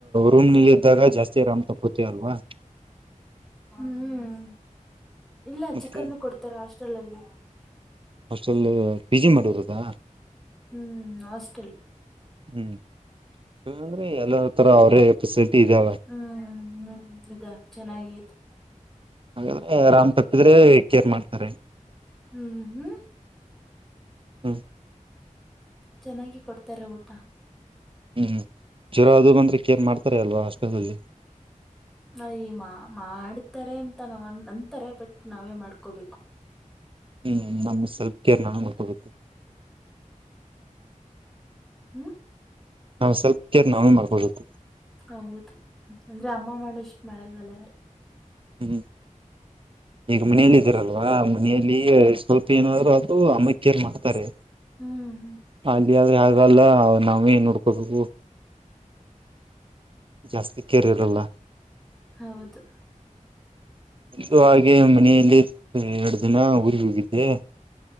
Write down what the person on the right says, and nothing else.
ರೂಮ್ನಲ್ಲಿ ಇದ್ದಾಗ ಜಾಸ್ತಿ ಅರಾಮ್ ತಪ್ಪತಿ ಅಲ್ವಾ
ಮತ್ತೆ
ಹಾಸ್ಟೆಲ್ ಪಿ ಜಿ ಮಾಡಿರೋದಾ
ಹ್ಮ್ ಹ್ಮ್ ಅಂದ್ರೆ ಎಲ್ಲ ತರ ಅವ್ರೇ ಪಫೆಸಿಲಿಟಿ ಇದಾವ.
ಹಾಗಾದ್ರೆ ಅರಾಮ್ ತಪ್ಪಿದ್ರೆ ಕೇರ್ ಮಾಡ್ತಾರೆ.
ಹ್ಮ
ಹ್ಮ್ ಜ್ವರ ಅದು ಬಂದ್ರೆ ಕೇರ್ ಮಾಡ್ತಾರೆ ಅಲ್ವಾ ಹಾಸ್ಪೆಟಲ್ಲ್ಲಿ.
ಹ್ಮ್ ನಮ್ ಸೇಲ್ಪ್ ಕೇರ್ ನಾವೇ ಮಾಡಕಬೇಕು
ನಾವು ಸ್ವಲ್ಪ್ ಕೇರ್ ನಾವೇ ಮಾಡ್ಕೊಬೇಕು.
ಹ್ಮ್ ಈಗ ಮನೆಯಲ್ಲಿ ಇದೀರಲ್ವಾ ಮನೆಯಲ್ಲಿ ಸ್ವಲ್ಪ ಏನಾದ್ರು ಅದು ಅಮ್ಮಕ್ಕೇರ್ ಮಾಡ್ತಾರೆ.
ಅ <unintelligible> ಇದ್ರೆ ಹಾಗಲ್ಲ ಅವ ನಾವೇ ನೋಡ್ಕೋಬೇಕು. ಜಾಸ್ತಿ ಕೇರ್ ಇರಲ್ಲ
ಇದು ಹಾಗೆ ಮನೆಯಲ್ಲಿ ಎರಡು ದಿನ ಊರಿಗೆ ಹೋಗಿದ್ದೆ